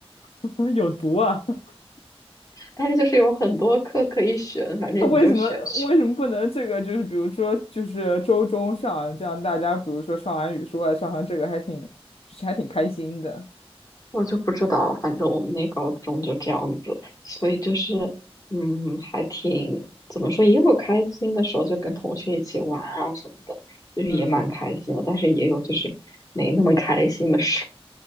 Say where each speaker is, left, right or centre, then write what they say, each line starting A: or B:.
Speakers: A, on the left; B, on the left.
A: <laughs> 有毒啊！<laughs>
B: 但是就是有很多课可以选，反正你就选选。
A: 为什么为什么不能这个就是比如说就是周中上，这样大家比如说上完语数外上完这个还挺就是还挺开心的，
B: 我就不知道，反正我们那高中就这样子，所以就是，嗯，还挺，怎么说，也有开心的时候，就跟同学一起玩啊什么的，就是也蛮开心的，
A: 嗯。
B: 但是也有就是没那么开心的事。